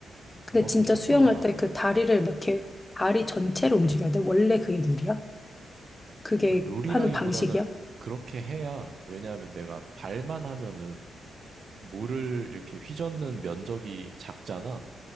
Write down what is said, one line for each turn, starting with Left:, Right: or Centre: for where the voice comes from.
Left: 근데
Right: 그만큼
Left: 진짜
Right: 속도도
Left: 수영할
Right: 나고.
Left: 때 그 다리를 막 이렇게 다리 전체를 움직여야 돼. 원래 그게 룰이야? 그게
Right: 룰이라기보다는
Left: 하는 방식이야?
Right: 그렇게 해야, 왜냐하면 내가 발만 하면은 물을 이렇게 휘젓는 면적이 작잖아.